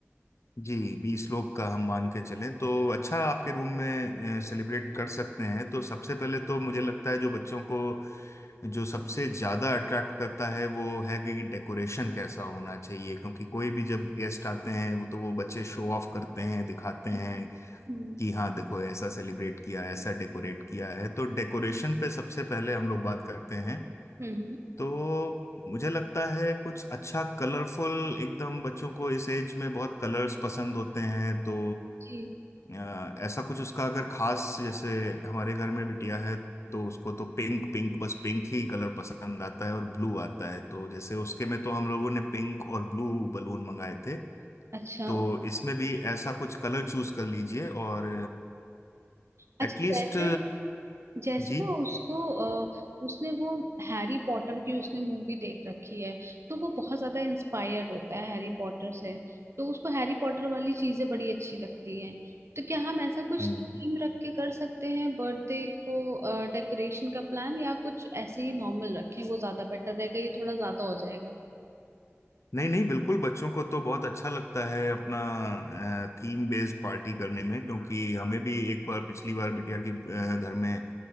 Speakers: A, on the left (about 70°); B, on the right (about 65°).
A: जी बीस लोग का हम मान के चलें तो अच्छा आपके रूम में सेलिब्रेट कर सकते हैं तो सबसे पहले तो मुझे लगता है जो बच्चों को जो सबसे ज़्यादा अट्रैक्ट करता है वो है कि डेकोरेशन कैसा होना चाहिए क्योंकि कोई भी जब गेस्ट आते हैं वो तो वो बच्चे शो ऑफ करते हैं दिखाते हैं
B: हम्म हम्म,
A: कि हाँ देखो ऐसा सेलिब्रेट किया ऐसा डेकोरेट किया है तो डेकोरेशन पे सबसे पहले हम लोग बात करते हैं
B: हम्म, हम्म,
A: तो मुझे लगता है कुछ अच्छा कलरफुल एकदम बच्चों को इस एज में बहुत कलर्स पसंद होते हैं तो
B: जी
A: अ, ऐसा कुछ उसका अगर खास जैसे हमारे घर में बिटिया है तो उसको तो पिंक पिंक बस पिंक ही कलर पसंद आता है और ब्लू आता है तो जैसे उसके में तो हम लोगों ने पिंक और ब्लू बलून मंगाए थे
B: अच्छा
A: तो इसमें भी ऐसा कुछ कलर चूज कर लीजिए और
B: अच्छा
A: एटलीस्ट
B: जैसे जैसे
A: जी
B: ना उसको अ, उसने वो हैरी पॉटर की उसने मूवी देख रखी है तो वो बहुत ज्यादा इंस्पायर्ड होता है हैरी पॉटर से तो उसको हैरी पॉटर वाली चीजें बड़ी अच्छी लगती हैं तो क्या हम ऐसा कुछ
A: हम्म
B: थीम रख के कर सकते हैं बर्थडे को डेकोरेशन का प्लान या कुछ ऐसे ही नॉर्मल रखें वो ज्यादा बेटर रहेगा ये थोड़ा ज्यादा हो जाएगा
A: नहीं नहीं बिल्कुल बच्चों को तो बहुत अच्छा लगता है अपना थीम बेस्ड पार्टी करने में क्योंकि हमें भी एक बार पिछली बार बिटिया की अ, घर में